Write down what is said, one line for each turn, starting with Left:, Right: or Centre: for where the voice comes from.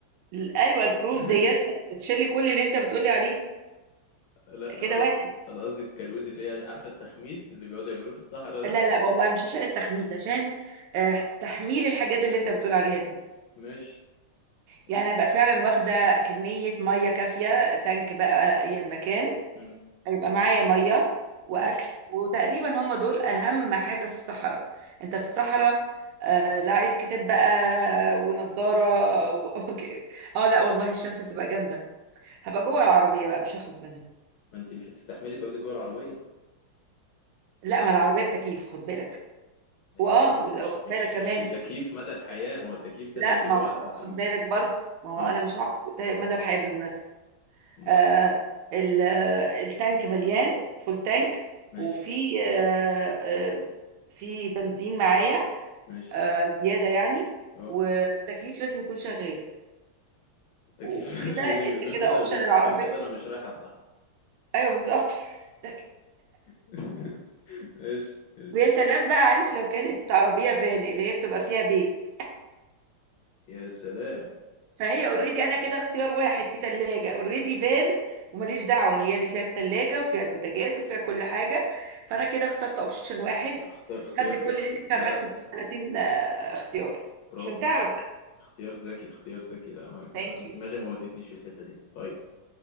Right: ال- ايوه الكروز
Left: <laughs>
Right: ديت بتشيلي كل اللي انت بتقولي عليه
Left: لا
Right: كده
Left: انا قصدي
Right: واحد
Left: انا قصدي الكروزي اللي هي عارفه التخميس اللي بيقعدوا يعملوه في الصحراء ده
Right: لا لا والله مش عشان التخميس عشان آه، تحميل الحاجات اللي انت بتقول عليها دي
Left: ماشي مش
Right: يعني ابقى فعلا واخده كميه ميه كافيه تانك بقى ايا مكان
Left: مم.
Right: هيبقى معايا ميه واكل
Left: ماشي
Right: وتقريبا هم دول اهم حاجه في الصحراء انت في الصحراء آه لا عايز كتاب بقى ونضاره و... <laughs> أوكي. اه لا والله الشمس هتبقى جامده هبقى جوه العربيه بقى مش هخرج منها
Left: ما انت مش هتستحملي تقعدي جوه العربيه
Right: لا ما العربية بتكييف خد بالك
Left: ما
Right: واه
Left: هي مش هت...
Right: ولو
Left: مش
Right: خد
Left: مش
Right: بالك كمان
Left: مش بتكييف مدى الحياه ما هو التكييف ده
Right: لا
Left: هيجي
Right: ما
Left: له وقت
Right: هو-
Left: وهي
Right: خد بالك برضو ما هو
Left: اه
Right: انا مش هقعد تا- مدى الحياة بالمناسبة
Left: امال
Right: آه ال- آه، التانك مليان فول تانك
Left: ماشي
Right: وفي آه آه في بنزين معايا
Left: ماشي
Right: آه زيادة يعني
Left: اه
Right: والتكييف لازم يكون شغال
Left: التكييف
Right: وكده
Left: <laughs> لازم يبقى-
Right: انت
Left: غير
Right: كده
Left: كده
Right: اوبشن
Left: غير,
Right: العربية
Left: غير كده انا مش رايح الصحراء
Right: ايوه بالظبط <laughs>
Left: <laughs> ماشي ماشي
Right: ويا سلام بقى عارف لو كانت عربية فان اللي هي بتبقى فيها بيت
Left: يا سلام
Right: فهي اوريدي انا كده اختيار واحد في تلاجة اوريدي فان وماليش دعوة هي اللي فيها التلاجة وفيها البوتاجاز وفيها كل حاجة فانا كده اخترت اوبشن واحد
Left: ده اخت... اختيار
Right: خد لي
Left: ذكي
Right: كل اللي انت اخدته
Left: لا لا
Right: في 30 آه، اختيار
Left: برافو
Right: عشان تعرف
Left: اخت...
Right: بس
Left: اختيار ذكي اختيار ذكي لا ما-
Right: ثانك
Left: دماغي
Right: يو
Left: ما ودتنيش في الحته دي طيب